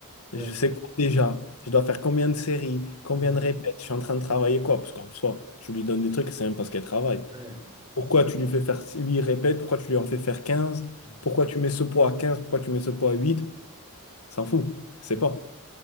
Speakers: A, on the right (about 20°); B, on the left (about 80°).
A: Ouais.
B: Je sais quoi déjà? Je dois faire combien de séries? Combien
A: Mm.
B: de répètes? Je suis en train de travailler quoi? Parce qu'en soi, tu lui donnes des trucs, c'est même parce qu'elle travaille.
A: Ouais.
B: Pourquoi tu lui fais faire 8 répètes? Pourquoi tu lui en fais faire quinze
A: Mm.
B: Pourquoi tu mets ce poids à quinze Pourquoi tu mets ce poids à huit S'en fout, c'est
A: Ouais.
B: pas.